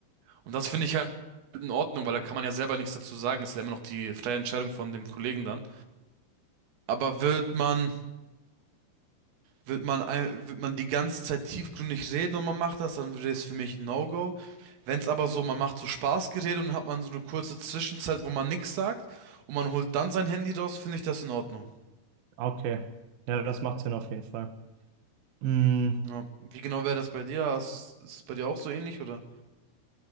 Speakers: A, on the right (about 85°); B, on the right (about 60°).
A: Und das finde ich halt in Ordnung, weil da kann man ja selber nichts dazu sagen. Ist ja immer noch die freie Entscheidung von dem Kollegen dann. Aber wird man, wird man, ein- wird man die ganze Zeit tiefgründig reden und man macht das, dann wäre es für mich ein No-Go. Wenn es aber so, man macht so Spaßgerede und dann hat man so eine kurze Zwischenzeit, wo man nichts sagt und man holt dann sein Handy raus, finde ich das in Ordnung.
B: Okay, ja, das macht Sinn auf jeden Fall. Mm,
A: Ja. Wie genau wäre das bei dir? Hast du's- ist es bei dir auch so ähnlich, oder?